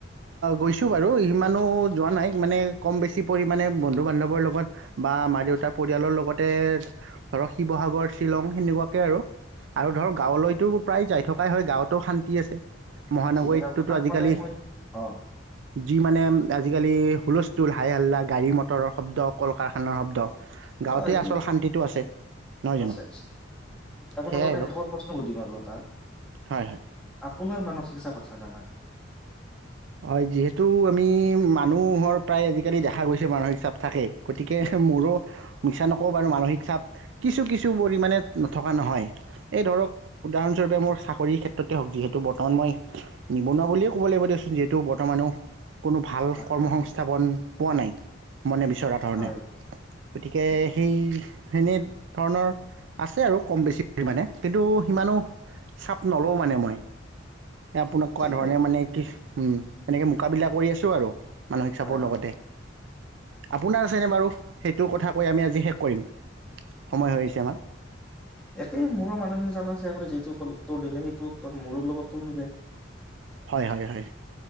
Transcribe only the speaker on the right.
গৈছোঁ বাৰু। ইমানো যোৱা নাই। মানে কম বেছি পৰিমাণে বন্ধু-বান্ধৱৰ লগত বা মা-দেউতাৰ পৰিয়ালৰ লগতে ধৰক শিৱসাগৰ, শ্বিলং সেনেকুৱাকে আৰু। আৰু ধৰক গাঁৱলৈতো প্ৰায় যায় থকাই হয় গাঁৱতো শান্তি আছে। মহানগৰীতটোতো
আজিকালি
যি মানে আজিকালি হুলস্থুল হাই হাল্লা, গাড়ী মটৰৰ শব্দ, কল কাৰখানাৰ শব্দ। গাঁৱতেই
আচল শান্তিটো আছে নহয় জানো
সেয়াই
আৰু
হয় হয়
হয় যিহেতু আমি মানুহৰ প্ৰায় আজিকালি দেখা গৈছে মানসিক চাপ থাকে গতিকে মোৰো মিছা নকওঁ বাৰু মানসিক চাপ কিছু কিছু পৰিমাণে নথকা নহয়। এই ধৰক উদাহৰণ মোৰ চাকৰিৰ ক্ষেত্ৰতে হওক যিহেতু বৰ্তমান মই নিবনুৱা বুলি ক'ব লাগিব দিয়চোন যিহেতু বৰ্তমানেও কোনো ভাল
কৰ্ম
সংংস্থাপন পোৱা নাই। মনে বিচৰা ধৰণে।
গতিকে
সেই সেনেধৰণৰ আছে আৰু কম বেছি পৰিমাণে কিন্তু সিমানো চাপ নলওঁ মানে মই। আপোনাক
কোৱা ধৰণে মানে উম, এনেকে মোকাবিলা কৰি আছো আৰু। মানসিক
চাপৰ
লগতে আপোনাৰ আছেনে বাৰু সেইটো কথা কৈ আমি আজি শেষ কৰিম। সময় হৈ আহিছে আমাৰ
হয়, হয়, হয়।